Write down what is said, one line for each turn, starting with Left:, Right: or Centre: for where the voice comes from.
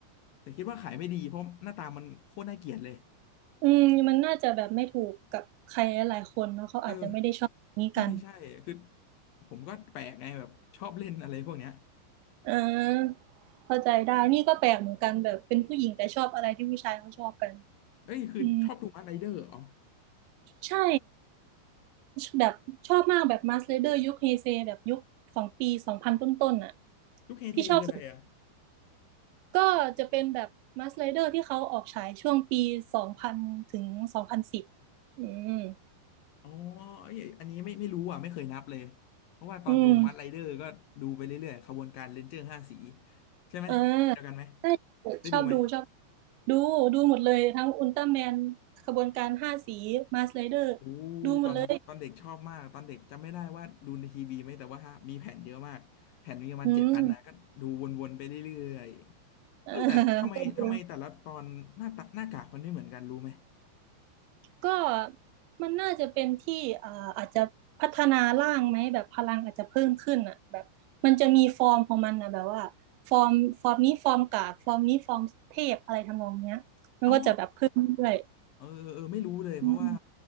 Left: แต่คิดว่าขายไม่ดีเพราะหน้าตามันโคตรน่าเกลียดเลย
Right: อืมมันน่าจะแบบไม่ถูกกับใครหลายๆคนเนาะเขาอาจจะไม่ได้ชอบแบบนี้กัน
Left: เออ ใช่ใช่คือผมก็แปลกไงแบบชอบเล่นอะไรพวกเนี้ย
Right: เอ่าเข้าใจได้นี่ก็แปลกเหมือนกันแบบเป็นผู้หญิงแต่ชอบอะไรที่ผู้ชายเขาชอบกัน
Left: เอ้ยคือชอบดูมาร์ไรเดอร์อ๋อ
Right: อืมใช่ แบบชอบมากแบบมาสเลเดอร์ยุคเฮเซแบบยุคของปีสองพันต้นๆน่ะ
Left: ลูกเฮเซคืออะไรอ่ะ
Right: ที่ชอบสุดก็จะเป็นแบบมาสเลเดอร์ที่เขาออกฉายช่วงปีสองพันถึงสองพันสิบอืม
Left: อ๋อเอ้ยอันนี้ไม่ไม่รู้อ่ะไม่เคยนับเลยเพราะว่าตอนดูมัดไรเดอร์ก็ดูไปเรื่อยๆขบวนการเรนเจอร์ห้าสี
Right: อืม
Left: ใช่ไหมเดียวกันไหม
Right: เออใช่
Left: ได้ดูไหม
Right: ชอบดูชอบดูดูหมดเลยทั้งอุลตร้าแมนขบวนการห้าสีมาสเลเดอร์
Left: อู้ยตอนตอนเด็กชอบมากตอนเด็กจำไม่ได้ว่าดูในทีวีไหมแต่ว่ามีแผ่นเยอะมากแผ่นมีประมาณเจ็ดอันนะก็ดูวนๆไปเรื่อยๆเออแต่ทำไมทำไมแต่ละตอนหน้าตาหน้ากากมันไม่เหมือนกันรู้ไหม
Right: ดูหมดเลยอืมเออก็ดู ก็มันน่าจะเป็นที่อ่าอาจจะพัฒนาร่างไหมแบบพลังอาจจะเพิ่มขึ้นอ่ะแบบมันจะมีฟอร์มของมันนะแบบว่าฟอร์มฟอร์มนี้ฟอร์มกากฟอร์มนี้ฟอร์มเทพอะไรทำนองเนี้ย
Left: อ๋อ
Right: เพิ่มด้วย
Left: เออเออไม่รู้เลยเพราะว่า
Right: อืม